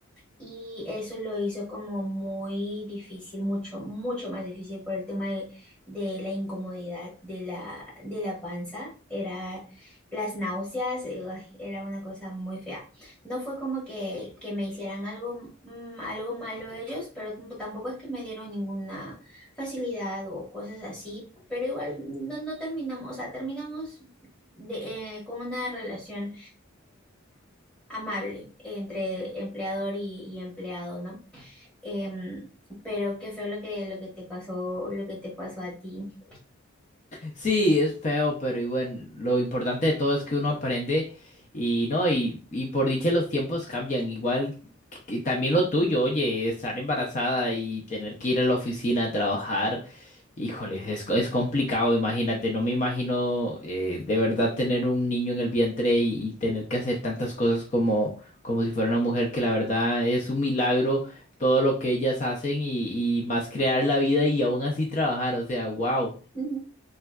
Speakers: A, in the centre; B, on the left (about 35°).
A: Y eso lo hizo como muy difícil, mucho, mucho más difícil por el tema de, de la incomodidad de la, de la panza. Era las náuseas, eh, ay, era una cosa muy fea. No fue como que, que me hicieran algo, mm, algo malo ellos, pero tamp- tampoco es que me dieron ninguna facilidad o cosas así. Pero igual no, no terminamos, o sea, terminamos de- eh, con una relación amable entre empleador y, y empleado, ¿no? Em, pero qué feo lo que, lo que te pasó, lo que te pasó a ti.
B: Sí, es feo, pero y bueno, lo importante de todo es que uno aprende y no, y, y por dicha los tiempos cambian, igual que- que también lo tuyo, oye, estar embarazada y tener que ir a la oficina a trabajar, híjole, es, co- es complicado, imagínate, no me imagino eh, de verdad tener un niño en el vientre y, y tener que hacer tantas cosas como, como si fuera una mujer, que la verdad es un milagro todo lo que ellas hacen y, y más crear la vida y aún así trabajar, o sea, wow.
A: Ujú.